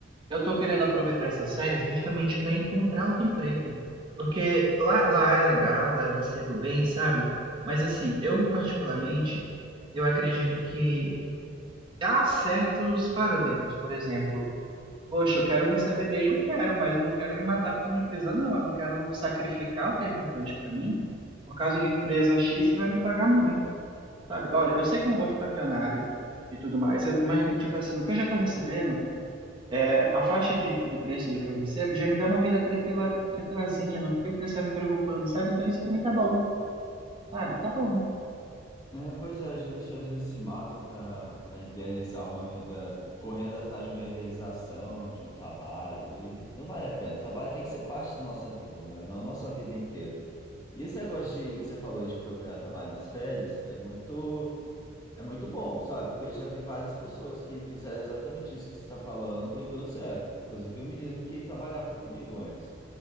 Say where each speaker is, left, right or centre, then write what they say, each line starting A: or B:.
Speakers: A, on the right; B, on the left.
A: Eu tô querendo aproveitar essas férias justamente para encontrar outro emprego. Porque lá, lá é legal, lá eu recebo bem, sabe? Mas assim, eu particularmente, eu acredito que há certos parâmetros, por exemplo, poxa, eu quero receber bem, eu quero, mas eu não quero me matar por uma empresa, não. Eu não quero sacrificar o que é importante para mim por causa de empresa X que vai me pagar muito, sabe? Olha, eu sei que eu não vou ficar milionário e tudo mais, eu- mas tipo assim, o que eu já tô recebendo é, a faixa de, de preço do que eu recebo já me dá uma vida tranquila, tranquilazinha, não fiquei precisando me preocupando, sabe? Então isso pra mim tá bom, sabe? Tá bom.
B: É, pois é, a gente às vezes se mata para idealizar uma vida correndo atrás de uma idealização, de um trabalho, e não vale a pena. O trabalho tem que ser parte da nossa vida, né? Não nossa vida inteira. E esse negócio de, que você falou de procurar trabalho nas férias é muito. É muito bom, sabe? Porque eu já vi várias pessoas que fizeram exatamente isso que você está falando e deu certo. Inclusive, o menino que trabalhava comigo antes.